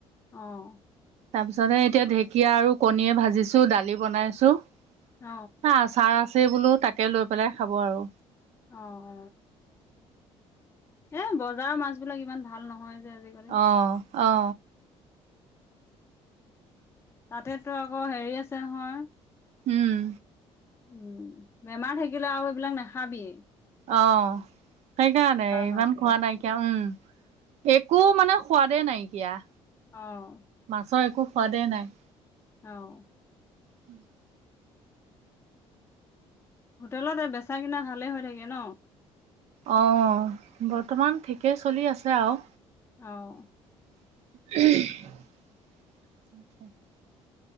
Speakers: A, on the left; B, on the right.
A: অ'।
B: তাৰ পিছত এতিয়া ঢেঁকীয়া আৰু কণীয়ে ভাজিছো দালি বনাইছো
A: অ
B: চা আচাহ আছে বোলো তাকে লৈ পেলাই খাব আৰু।
A: অ', এই বজাৰৰ মাছ বিলাক ইমান ভাল নহয়। যে আজিকালি।
B: অ', অ'।
A: তাতেতো আকৌ হেৰি আছে নহয়।
B: উম।
A: উম, বেমাৰ থাকিলে আৰু এইবিলাক নাখাবি।
B: অ' সেইকাৰণে
A: মাছ
B: ইমান
A: বিলাক।
B: খোৱা নাইকিয়া উম। এক কো মানে সোৱাদে নাইকিয়া।
A: অঁ।
B: মাছৰ একো সোৱাদেই নাই।
A: অ'।
B: উম <unintelligible>
A: হোটেলত এই বেচা কিনা ভালে হৈ থাকে ন?
B: অ' বৰ্তমান ঠিকেই চলি আছে আৰু।
A: অ'।
B: <unintelligible>